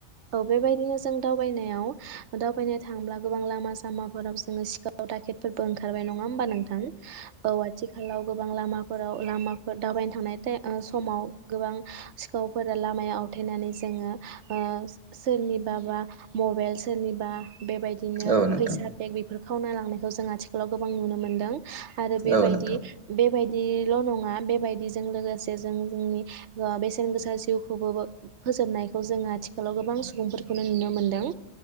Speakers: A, on the right; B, on the right.
A: औ बेबायदिनो जों दावबायनायाव दावबायनो थांब्ला गोबां लामा सामा फोराव जोङो सिखाव दाखेेद बो ओंखारबाय नङा होमबा नोंथां औ आथिखालाव गोबां लामाफोराव लामाफोर दावबायनो थांनाय समाव गोबां सिखावफोरा लामायाव आवथायेनानै जोङो ओ सोरनिबा बा मबाइल सोरनिबा बेबायदिनो
B: औ नोंथां
A: फैसा बेग बेफोर खावना लांनायखौ जों आथिखालाव गोबां नुनो मोन्दों आरो बेबायदि
B: औ नोंथां
A: बे बायदि ल' नङा बेबायदि जों लोगोसे जों जोंनि सेन गोसा जिउखौबो फोजोबनायखौ जोङो आथिखालाव गोबां सुबुंफोरखौनो नुनो मोनदों